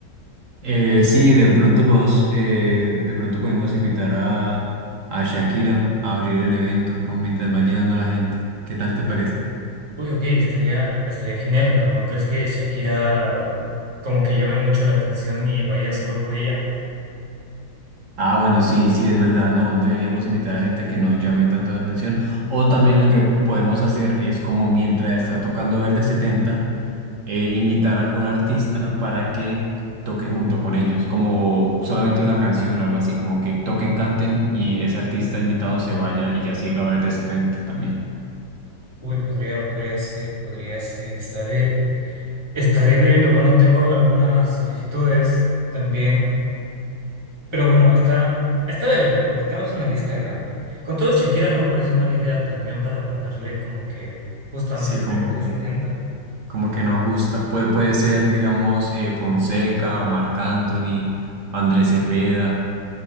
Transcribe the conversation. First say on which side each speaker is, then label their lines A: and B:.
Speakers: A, on the right; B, on the right.
A: Eh, sí, de pronto podemos, eh, de pronto podemos invitar a, a Shakira a abrir el evento, como mientras va llegando la gente. ¿Qué tal te parece?
B: Uy, ok, estaría, estaría genial, pero ¿no crees que Shakira como que llame mucho la atención y vayan solo por ella?
A: Ah, bueno, sí, sí, es verdad. No, deberíamos invitar a gente que no llame tanto la atención. O también lo que podemos hacer es como mientras está tocando Verde Setenta, eh, invitar a algún artista para que toque junto con ellos, como solamente una canción o algo así, como que toquen, canten y ese artista invitado se vaya y ya siga Verde Setenta también.
B: Uy, podría, podría ser, podría ser. Estaré, estaré leyendo. Bueno, tengo algunas solicitudes también, pero bueno, está, está de verle, porque tenemos una lista grande. Con todo, Shakira no me parece mala idea también para ponerle como que justo
A: Sí,
B: antes
A: Como
B: de verle
A: que-
B: setenta
A: Como que no ajusta. Puede, puede ser, digamos, eh, Fonseca, Omar Anthony, Andrés Cepeda.